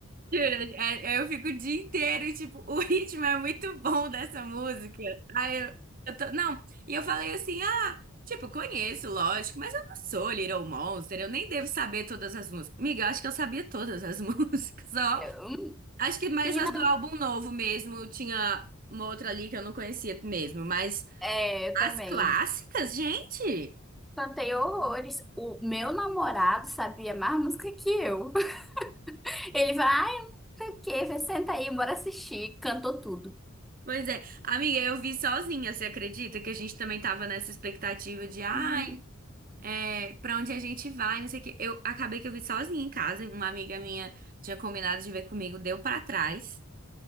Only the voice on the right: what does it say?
Jura? É- é, Eu fico o dia inteiro e, tipo, o <laughs> ritmo é muito bom dessa música. Aí eu, eu tô. Não, e eu falei assim, ah, tipo, conheço, lógico, mas eu não sou Little Monster, eu nem devo saber todas as músicas. Amiga, eu acho que eu sabia todas as <laughs> músicas, ó.
Acho que mais
as do álbum novo mesmo. Tinha uma outra ali que eu não conhecia mesmo. Mas
as
clássicas, gente!
Pois é. Amiga, eu vi sozinha, você acredita? Que a gente também tava nessa expectativa de, ai,
é, pra onde a gente vai, não sei o quê. Eu acabei que eu vi sozinha em casa. Uma amiga minha tinha combinado de ver comigo, deu pra trás.